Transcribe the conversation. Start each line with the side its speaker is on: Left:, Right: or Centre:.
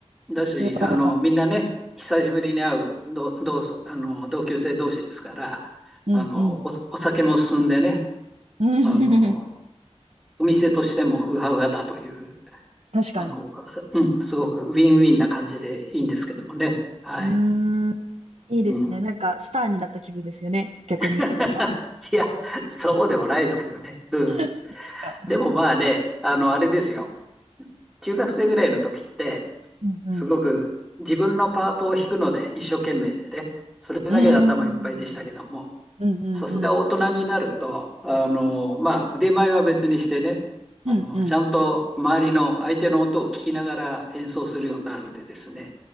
Centre: だし、
Right: うわー、
Centre: あの、みんなね、久しぶりに会う同、同窓、あの、同級生同士ですから、
Right: うんうん。
Centre: あの、お、お酒も進んでね、
Right: うん
Centre: あの、お店としてもウハウハだという
Right: <laughs> 確かに。
Centre: あの、うん、すごくウィンウィンな感じでいいんですけどもね。はい。
Right: うーん、いいですね。
Centre: うん。
Right: なんか、スターになった気分ですよね。逆に。
Centre: <laughs>
Right: <laughs> なんか、
Centre: いや、そうでもないですけどね。うん。
Right: <laughs> ですか。
Centre: でもまあね、あの、あれですよ。中学生ぐらいの時って、
Right: うんうん。
Centre: すごく自分のパートを弾くので一生懸命でね、それだけで頭いっぱいでしたけども、
Right: うーんうんうん。
Centre: さすが大人になると、あの、まあ、腕前は別にしてね、あの、
Right: うんうん。
Centre: ちゃんと周りの相手の音を聞きながら演奏するようになるんでですね、